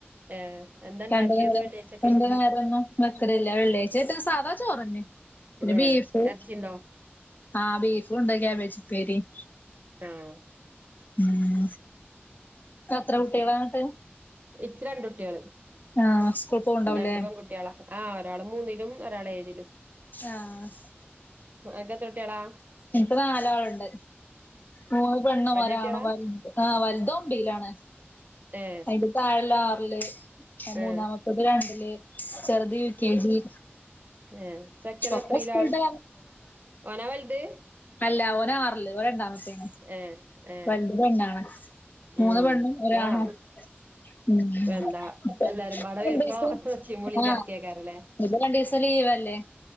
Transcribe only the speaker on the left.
രണ്ടു നേരം
രണ്ട് നേരൊന്നും വെക്കലില്ലാ വെള്ളിയാഴ്ച്ചയായിട്ട് സാധാ ചോറെന്നെ പിന്നെ
ബീഫ്
ആഹ് ബീഫുണ്ട് ക്യാബേജുപ്പേരീം
ഉം
എത്ര കുട്ടികളാ
എന്നിട്ട്?
ആഹ് സ്കൂൾ പോവ്ണ്ടാവൂലേ
ആഹ്
ഇന്ക്ക് നാലാള്ണ്ട് മൂന്ന് പെണ്ണും
ഒരാണും
വൽത് ആഹ് വൽത് ഒമ്പെയിലാണ്
അയിന്റെ താഴെള്ളെ ആറില് മൂന്നാമത്തത്
രണ്ടില് ചെറ്ത് യു കെ ജി
ഒക്കെ സ്കൂളിട്ട്
അല്ലാ ഓനാറില് ഓൻ രണ്ടാമത്തെയാണ്
വൽത് പെണ്ണാണ് മൂന്ന്
പെണ്ണും ഒരാണു
<unintelligible> ഉം
അപ്പോ
രണ്ട്
വയസ്സ്
ആഹ്
ഇനിയിപ്പം രണ്ടീസം ലീവല്ലേ?